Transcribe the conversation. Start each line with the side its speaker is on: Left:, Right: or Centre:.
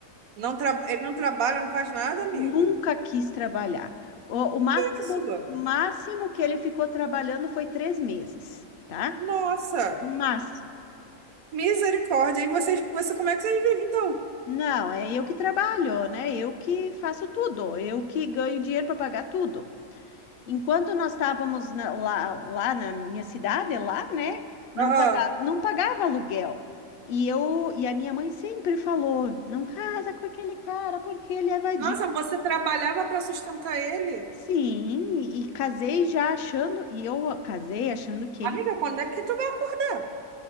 Right: Não tra... Ele não trabalha, não faz nada, amiga.
Left: Nunca quis trabalhar. O, o máximo,
Right: Isso.
Left: o máximo que ele ficou trabalhando foi três meses. tá?
Right: Nossa,
Left: Máximo.
Right: misericórdia. E vocês, você, como é que vocês vivem, então?
Left: Não, é eu que trabalho, né? Eu que faço tudo, eu que ganho dinheiro para pagar tudo. Enquanto nós estávamos na- lá, lá na minha cidade, lá, né? Não
Right: Aham.
Left: pagava, não pagava aluguel. E eu e a minha mãe sempre falou, não casa com aquele cara porque ele é vadio.
Right: Nossa, você trabalhava para sustentar ele?
Left: Sim, e e casei já achando, e eu casei achando que
Right: Amiga,
Left: ele,
Right: quando é que tu vai acordar?